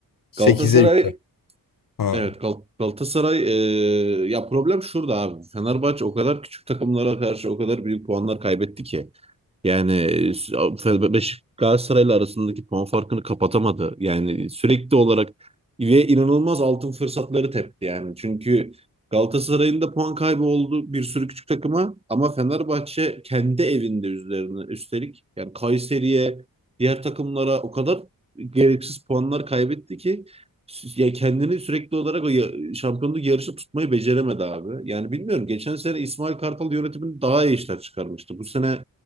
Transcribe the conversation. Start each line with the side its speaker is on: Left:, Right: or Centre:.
Left: Sekize
Right: Galatasaray
Left: yükle. Ha.
Right: evet Gal- Galatasaray e, ya problem şurada abi. Fenerbahçe o kadar küçük takımlara karşı o kadar büyük puanlar kaybetti ki. Yani Fe- Beş Galatasaray'la arasındaki puan farkını kapatamadı. Yani sürekli olarak ve inanılmaz altın fırsatları tepti yani. Çünkü Galatasaray'ın da puan kaybı oldu bir sürü küçük takıma ama Fenerbahçe kendi evinde üzerine üstelik yani Kayseri'ye diğer takımlara o kadar gereksiz puanlar kaybetti ki sü- ya kendini sürekli olarak o ya- şampiyonluk yarışı tutmayı beceremedi abi. Yani bilmiyorum geçen sene İsmail Kartal yönetimini daha iyi işler çıkarmıştı. Bu sene